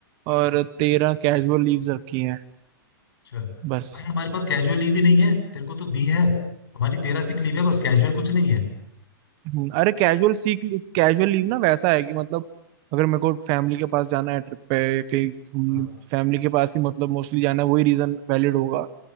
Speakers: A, on the right (about 40°); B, on the left (about 85°).
A: और तेरह कैजुअल लीव्स रखी हैं
B: अच्छा
A: बस
B: भाई हमारे पास कैजुअल लीव ही नहीं है तेरे को तो दी है हमारी तेरह सिक लीव है बस कैजुअल कुछ नहीं है
A: हम्म, अरे कैजुअल सीक कैजुअल लीव ना वैसा है कि मतलब अगर मेरे को फैमिली के पास जाना है ट्रिप पे कहीं हम्म,
B: हाँ
A: फैमिली के पास ही मतलब मोस्टली जाना है वही रीजन वैलिड होगा